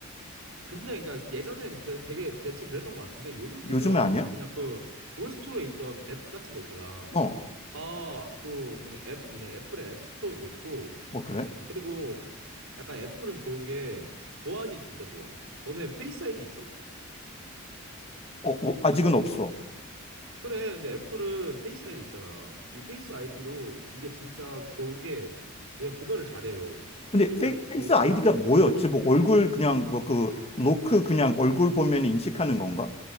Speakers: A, on the right (about 70°); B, on the left (about 30°).
A: 근데 그러니까 예전엔 그- 되게 대체 그랬던 것 같은데 요즘 보면
B: 요즘에 아니야?
A: 그냥 그 구글 스토어에 있던 앱 같은 거 있잖아.
B: 어,
A: 다 그 뭐냐 앱 뭐냐 애플의 앱 스토어도 있고
B: 어 그래?
A: 그리고 약간 애플은 좋은 게 보안이 진짜 좋아. 너네 페이스 아이디 있어?
B: 어, 어, 아직은 없어.
A: 그래. 근데 애플은 페이스 아이디 있잖아. 이 페이스 아이디로 이게 진짜 좋은 게 얘가 구별을 잘해요.
B: 근데 페이,
A: 진짜
B: 페이스
A: 뭐나
B: 아이디가 뭐였지? 뭐 얼굴 그냥 뭐 그 로크 그냥 얼굴 보면 인식하는 건가?